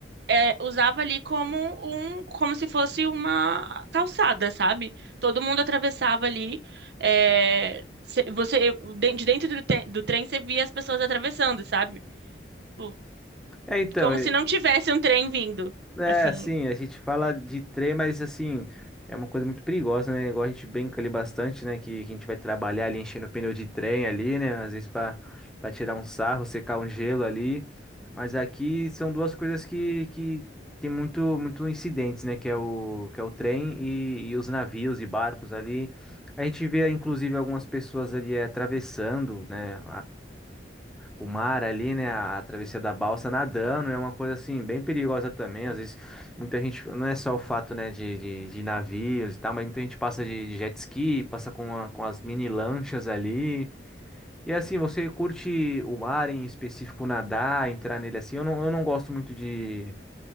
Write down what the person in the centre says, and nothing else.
É, então,
É,
assim, a gente fala de trem, mas assim, é uma coisa muito perigosa, né? Igual a gente brinca ali bastante, né? Que, que a gente vai trabalhar ali enchendo o pneu de trem ali, né? Às vezes para para tirar um sarro, secar um gelo ali. Mas aqui são duas coisas que, que tem muito, muito incidentes, né? Que é o, que é o trem e, e os navios e barcos ali. A gente vê, inclusive, algumas pessoas ali eh, atravessando, né? o mar ali, né? A a travessia da balsa nadando é uma coisa assim bem perigosa também. Às vezes muita gente, não é só o fato, né, de, de, de navios e tal, mas muita gente passa de, de jet ski, passa com, a- com as mini lanchas ali. E assim, você curte o mar em específico, nadar, entrar nele assim? Eu não, eu não gosto muito de,